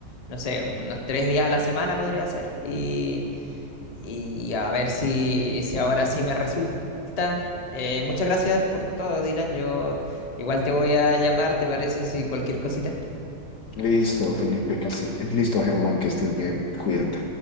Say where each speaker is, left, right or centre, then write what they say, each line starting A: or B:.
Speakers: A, on the left; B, on the left.
A: no sé, unos tres días a la semana podría ser. Y, y a ver si, si ahora sí me resulta. Eh, muchas gracias por todo, Dylan. Yo igual te voy a llamar, ¿te parece? Si cualquier cosita.
B: Listo, Felipe, que sí. Listo, Germán, que estés bien. Cuídate.